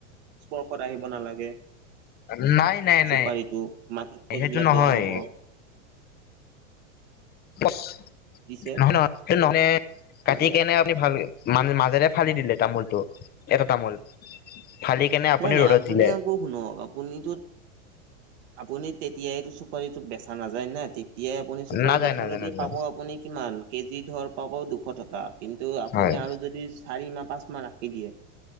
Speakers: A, on the right (about 60°); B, on the left (about 25°).
A: স্পৰ্শত আহিব নালাগে।
B: নাই নাই
A: চুপাৰিটো
B: নাই
A: মাটিত থৈ
B: সেইটো
A: দিলে
B: নহয়
A: বেয়া হ'ব।
B: বছ
A: পিছে
B: নহয় নহয় সেন নহ'লে
A: পিছে
B: কাটি কেনে খিনি ভাল মান মাজেৰে ফালি দিলে তামোলটো, এটা তামোল। ফালি কেনে আপুনি
A: নাই নাই
B: ৰ'দত দিলে।
A: আকৌ শুনক, আপুনিতো আপুনি তেতিয়াইটো চুপাৰীটোক বেচা নাযায় নে তেত তিয়াই, আপুনি চুপাৰী
B: নাযায়
A: বেচে
B: নাযায়
A: যদি
B: নাযায়
A: পাব আপুনি কিমান কেজি ধৰ পাব দুশ টকা। কিন্তু আপুনি
B: হয়
A: আৰু যদি চাৰি মাহ পাঁচ মাহ ৰাখি দিয়ে